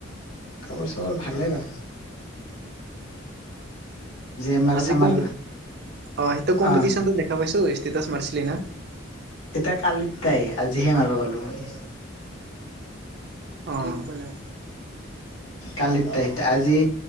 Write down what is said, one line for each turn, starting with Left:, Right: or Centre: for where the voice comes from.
Left: খবৰ চবৰ ভালে বা। আমাৰ
Right: আজি
Left: চামাৰ
Right: কম্পে, অ' সেইটো কম্পিটিছন
Left: আহ
Right: দেখা পাইছোঁ, ষ্টেছ মাৰিছিলি না।
Left: এতিয়া কালিত তাই, আজিহে মাৰিব পালো মই।
Right: অ'।
Left: কালিৰ টাই, আজি